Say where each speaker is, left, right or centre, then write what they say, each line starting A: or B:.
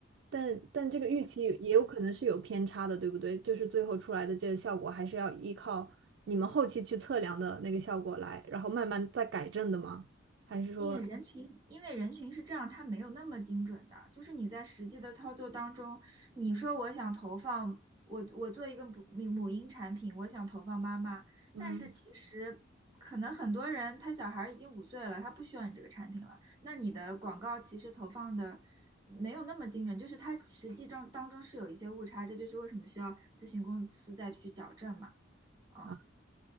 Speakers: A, on the right (about 60°); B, on the right (about 20°).
A: 但但这个预期也有可能是有偏差的，对不对？就是最后出来的这个效果，还是要依靠你们后期去测量的那个效果来，然后慢慢再改正的吗？还是说，
B: 因为人群，因为人群是这样，它没有那么精准的。就是你在实际的操作当中，你说我想投放，我我做一个母母婴产品，我想投放妈妈，
A: 嗯
B: 但是其实可能很多人他小孩儿已经五岁了，他不需要你这个产品了。那你的广告其实投放的没有那么精准，就是它实际中当中是有一些误差，这就是为什么需要咨询公司再去矫正嘛。啊，
A: 啊，